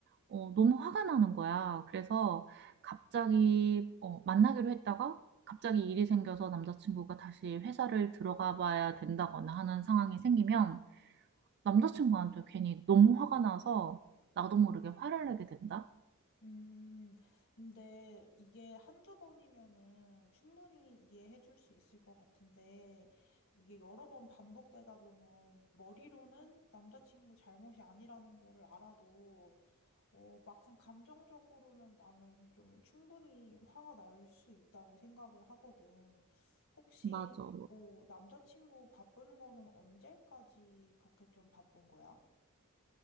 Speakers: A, on the right; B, on the left.
A: 어, 너무 화가 나는 거야. 그래서 갑자기 어, 만나기로 했다가 갑자기 일이 생겨서 남자친구가 다시 회사를 들어가 봐야 된다거나 하는 상황이 생기면 남자친구한테 괜히 너무 화가 나서 나도 모르게 화를 내게 된다?
B: 음, 근데 이게 한두 번이면은 충분히 이해해 줄 수 있을 것 같은데, 이게 여러 번 반복되다 보면 머리로는 남자친구 잘못이 아니라는 거를 알아도 어, 막상 감정적으로는 나는 좀 충분히 화가 날 수 있다고 생각을 하거든. 혹시,
A: 맞아.
B: 어, 남자친구 바쁜 거는 언제까지 그렇게 좀 바쁜 거야?